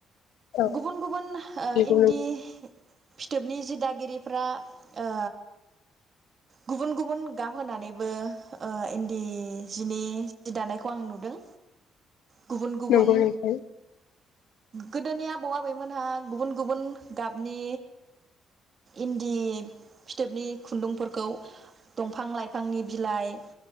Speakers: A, on the left; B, on the right.
A: औ
B: गुबुन गुबुन
A: नंगौ
B: इन्दि फिथोबनि जि दा गिरिफ्रा ओ गुबुन गुबुन गाब होनानैबो ओ इन्दि सिनि जि दानायखौ आं नुदों गुबुन गुबुन
A: नंगौ नोंथां
B: गोदोनिया आबौ आबैमोनहा गुबुन गुबुन गाबनि इन्दि फिथोबनि खुन्दुंफोरखौ दंफां लाइफांनि बिलाइ